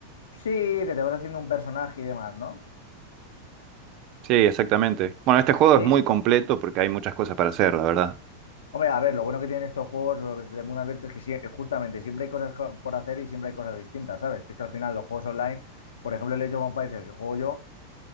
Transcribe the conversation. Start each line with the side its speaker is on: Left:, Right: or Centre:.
Left: Sí, que te vas haciendo un personaje y demás, ¿no?
Right: Sí, exactamente. Bueno, este juego
Left: Sí.
Right: es muy completo porque hay muchas cosas para hacer, la verdad.
Left: Hombre, a ver, lo bueno que tienen estos juegos los de mundo abierto es que sie- justamente siempre hay cosas co- por hacer y siempre hay cosas distintas, ¿sabes? Que es que al final los juegos online, por ejemplo, el Age of Empires, el que juego yo,